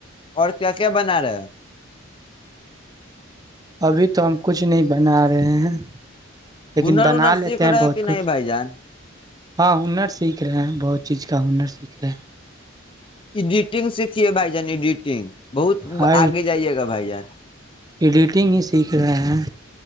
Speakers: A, on the left; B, on the right.
A: اور کیا کیا بنا رہے
B: ابھی تو ہم کچھ نہیں بنا رہے ہیں لیکن
A: ہونر
B: بنا
A: وونر
B: لیتے
A: سیکھ
B: ہیں
A: رہے
B: بہت
A: کہ
B: کچھ
A: نہیں بھائی جان
B: ہاں ہونر سیکھ رہے ہیں بہت چیز کا ہونر سیکھ رہے ہیں
A: ایڈیٹنگ سیکھیے بھائی جان ایڈٹنگ بہت
B: ہاں
A: آگے جائیے گا بھائی جان
B: ایڈیٹنگ ہی سیکھ رہے ہیں